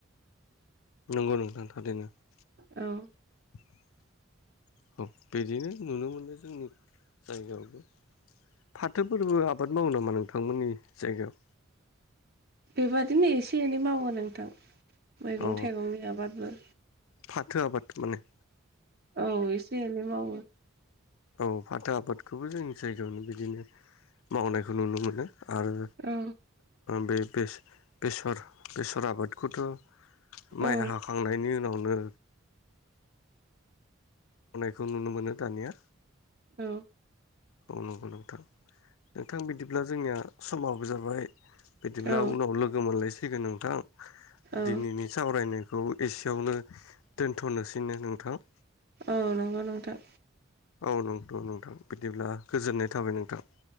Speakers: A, on the left (about 85°); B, on the right (about 50°).
A: नंगौ नोंथां थारैनो।
B: औ
A: <inaudible> औ बिदिनो नुनो मोनो जोंनि जायगायावबो। फाथोफोरबो आबाद मावो नामा नोंथांमोननि जायगायाव?
B: बे बादिनो एसे एनै मावो नोंथां मैगं
A: औ
B: थाइगंनि आबादबो।
A: फाथो आबाद माने?
B: औ एसे एनै मावो।
A: औ फाथो आबादखौबो जोंनि जायगायावनो बिदिनो मावनायखौ नुनो मोनो आरो
B: औ।
A: बे बेसर बेसर आबादखौथ' माइ
B: औ
A: हाखांनायनि उनावनो मावनायखौ नुनो मोनो दानिया।
B: औ।
A: औ नोंथां नोंथां बिदिब्ला समाबो जाबाय। बिदिब्ला
B: औ
A: उनाव लोगो मोनलायसिगोन नोंथां
B: औ
A: दिनैनि सावरायनायखौ एसेयावनो दोनथ'नोसैनो नोंथां?
B: औ नंगौ नोंथां।
A: औ नंगौथ नोंथां बिदिब्ला गोजोननाय थाबाय नोंथां।